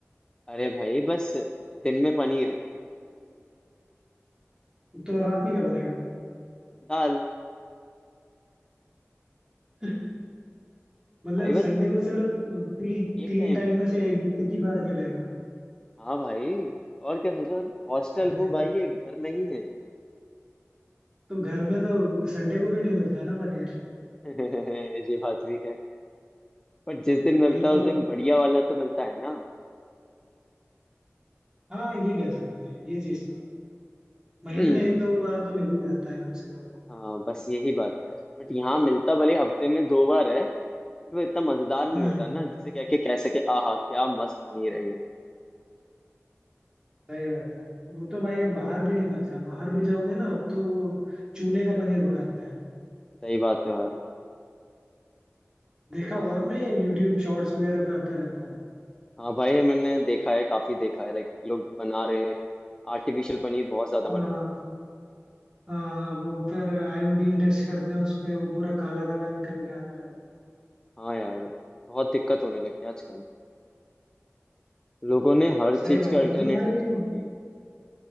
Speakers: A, on the left; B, on the right.
A: अरे भाई बस दिन में पनीर
B: तो रात में क्या बनेगा
A: दाल
B: <laughs> मतलब
A: भाई बस
B: संडे को सर ती,
A: एक
B: तीन
A: टाइम
B: टाइम में से एक, एक ही बार मिलेगा
A: हाँ भाई और क्या सोचो हॉस्टल
B: बड़े
A: हूँ भाई ये घर नहीं है
B: तो घर में तो संडे को भी नहीं मिलता ना पनीर
A: <laughs> ये बात भी है पर जिस दिन मिलता
B: वही
A: है
B: तो
A: उस दिन बढ़िया वाला तो मिलता है ना
B: हाँ ये कह सकते हैं ये चीज तो है महीने
A: <clears throat>
B: में एक दो बार तो मिल ही जाता है कम से कम
A: हाँ बस यही बात है बट यहाँ मिलता भले हफ्ते में दो बार है बट वो इतना मजेदार नहीं
B: हम्म
A: होता ना जिसे कह के कह सके आहा क्या मस्त बनी रही है
B: सही बात है वो तो भाई अब बाहर भी नहीं मिलता बाहर भी जाओगे ना अब तो वो चूने का पनीर बनाते हैं
A: सही बात है यार
B: देखा होगा आपने यूट्यूब शॉर्ट्स वगैरह पे आता रहता है
A: हाँ भाई मैंने देखा है काफी देखा है लाइक लोग बना रहे हैं आर्टिफिशियल पनीर बहुत ज्यादा
B: हाँ
A: बन रहा है
B: हाँ वो फिर आयोडीन टेस्ट करते हैं उस पे वो पूरा काला काला निकल के आता है
A: हाँ यार बहुत दिक्कत होने लगी है आजकल लोगों ने हर
B: सही
A: चीज
B: बात
A: के
B: है
A: अल्टरनेटिव्स
B: मतलब भाई
A: ढूंढ लिए